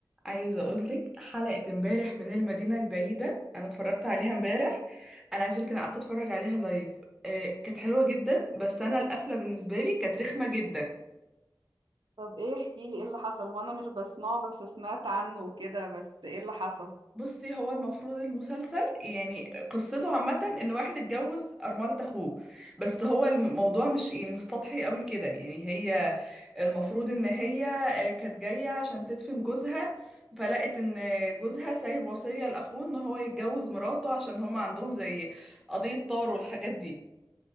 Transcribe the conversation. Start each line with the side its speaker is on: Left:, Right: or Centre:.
Centre: عايزة أقولك حلقة امبارح من المدينة البعيدة أنا اتفرجت عليها امبارح أنا عايزة أقولك أنا قعدت أتفرج عليها لايف آه، كانت حلوة جدا بس أنا القفلة بالنسبة لي كانت رخمة جدا
Right: طب ايه احكي لي ايه اللي حصل هو انا مش بسمعه بس سمعت عنه وكده بس ايه اللي حصل
Centre: بصي هو المفروض المسلسل يعني قصته عامة ان واحد اتجوز أرملة اخوه بس هو الموضوع مش يعني مش سطحي قوي كده يعني هي المفروض ان هي آه، كانت جاية عشان تدفن جوزها فلقت ان جوزها سايب وصية لاخوه ان هو يتجوز مراته عشان هما عندهم زي قضية طار والحاجات دي